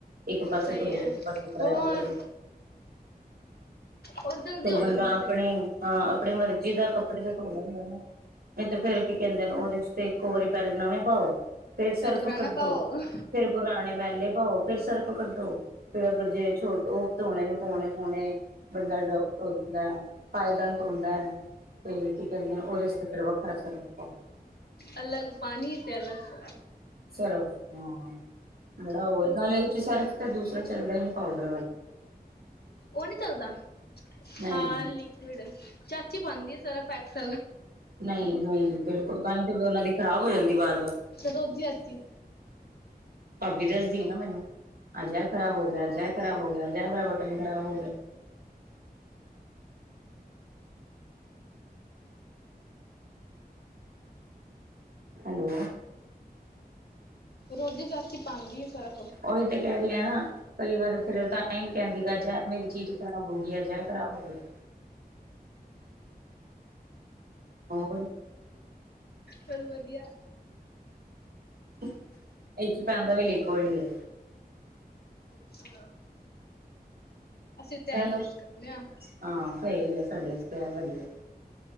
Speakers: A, on the right; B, on the left.
A: ਇੱਕ ਪਾਸੇ
B: ਸਹੀ
A: ਧ
B: ਹੈ
A: ਇੱਕ ਪਾਸੇ ਦਾਰੀ
B: ਹੋਰ
A: ਕਰੋ
B: ਔਰ ਜਲਦੀ
A: ਸ
B: ਹੋ
A: ਬੰਦਾ
B: ਜਾਂਦੇ
A: ਆਪਣੇ
B: ਨੇ
A: ਹਾਂ ਆਪਣੇ ਮਰਜ਼ੀ ਜਿਹਦਾ ਕੱਪੜੇ ਤੇ ਧੋ ਲੈਂਦੇ ਨੇ ਇਹ ਤੇ ਫੇਰ ਕੀ ਕਹਿੰਦੇ ਉਹਦੇ ਚ ਤੇ ਇੱਕੋ ਵਾਰੀ ਪਹਿ ਨਵੇਂ ਪਾਓ ਤੇ ਸਿਰਫ
B: ਫਿਰ ਪੁਰਾਣਾ
A: ਕੱਢੋ
B: ਪਾਓ
A: ਫੇਰ ਪੁਰਾਣੇ ਮੈਲੇ ਲੇ ਪਾਓ ਫੇਰ ਸਿਰਫ ਕੱਢੋ। ਫਰ ਅਗਰ ਜੇ ਛੋਟ ਉਹ ਧੋਣੇ ਨੂੰ ਪਾੋਉਣੇ ਪਾਉਣੇ ਬੰਦਾ ਡ ਧਦਾ ਫਾਇਦ ਧੋਦਾ ਹੈ ਤੇ ਕੀ ਕਹਿੰਦੇ ਉਹਦੇ ਚ ਤੇ ਫਿਰ ਖਰਚ ਰੱਖ ਪਾ
B: ਅਲੱਗ ਪਣੀ ਤੇ ਅਲੱਗ ਸ
A: ਸਰਫ ਹਾਂ ਬੜਾ ਉਹ ਨਾਲਦੇ ਚ ਸਰਫ ਤੇ ਦੂਸਰਾ ਚੱਲਦਾ ਹੀਨੂੰ ਪਾਊਡਰ ਵੱਲ
B: ਉਹ ਨਹੀਂ ਚੱਲਦਾ।
A: ਨਹੀਂ
B: ਹਾਂ ਲਿਕਡ ਚਾਚੀ ਪਾਉਦੀ ਆ। ਸਫ ਐਕਸ
A: ਨਹੀਂ-ਨਹੀਂ ਬਿਲਕੁਲ ਤਾਂਣੀ ਤੇ ਉਹਨਾ ਦੀ ਖਰਾਬ ਹੋ ਜਾਂਦੀ ਬਾਰ ਬਾਰ
B: ਰੋਜ਼ੀ ਅਤੀ
A: ਭਾਬੀ ਦੱਸਦੀ ਹੈ ਨਾ ਮੈਨੂੰ ਅਜਿ ਖ਼ਰਾਬ ਹੋ ਗਿਆ ਅਜਿ ਇਹ ਖ਼ਰਾਬ ਹੋ ਗਿਆ ਅਜਿ ਮੇਰਾ ਬਟਨ ਖ਼ਰਾਬ ਹੋ ਗਿਆ ਹੈਲੋ
B: ਰੋਜ਼ੀ ਰਾਸੀ ਪੰਜਜੀ ਸਰ
A: ਉਹੀ ਤੇ ਕਹਿ ਰ ਆ ਨਾ ਕਈ ਵਾਰ ਫਿਰ ਤਾਂ ਹੀ ਕਹਿੰਦੀ ਗਜੈ ਮੇਰੀ ਚੀਜ਼ ਖਰਾਬ ਹੋ ਗਈ ਆਜੈ ਖਰਾਬ ਹੋ ਗਿਆ ਹੋਰ
B: ਬਤ ਵਧੀਆ
A: <inaudible> ਇ ਚ ਪੈਂਦਾ ਵੀ ਲਖ ਕੋਏਡੀਆਂ।
B: ਹਿਲੋ। ਅਸੀਂ ਤੇ
A: ਚਲੋ
B: ਐ ਈ ਯੂਸ ਕਰਨੇ ਆਂ।
A: ਹਾਂ ਸਹੀ ਹੈ ਸਾਡੇ ਅਸਤੇ, ਆ ਵਧੀਐ।